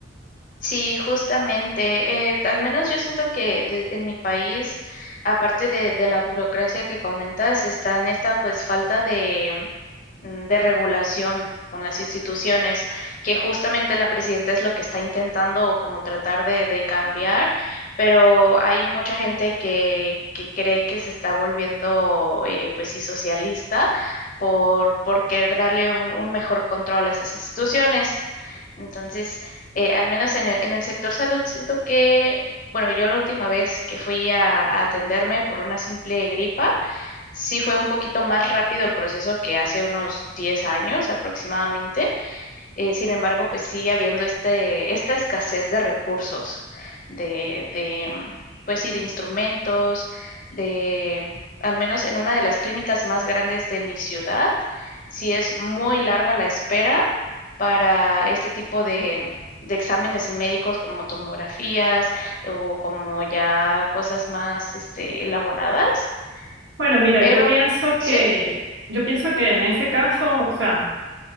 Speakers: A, on the left (about 50°); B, on the right (about 75°).
A: Sí, justamente. eh, al menos yo siento que de- en mi país, aparte de, de la burocracia que comentas, está en esta pues falta de, mm, de regulación con las instituciones, que justamente la presidenta es lo que está intentando como tratar de, de cambiar, pero hay mucha gente que, que cree que se está volviendo eh, pues sí socialista por, por querer darle un un mejor control a estas instituciones. Entonces, eh, al menos en el, en el sector salud, siento que, bueno, yo la última vez que fui a, a atenderme por una simple gripa, sí fue un poquito más rápido el proceso que hace unos 10 años aproximadamente. Eh, sin embargo, pues sigue habiendo este, esta escasez de recursos, de, de, mm, pues sí, de instrumentos, de, mm, al menos en una de las clínicas más grandes de mi ciudad, sí es muy larga la espera para este tipo de, mm, de exámenes médicos como tomografías o como ya cosas más, este, elaboradas,
B: Bueno, mira,
A: pero
B: yo pienso
A: sí,
B: que, yo pienso que en ese caso, o sea,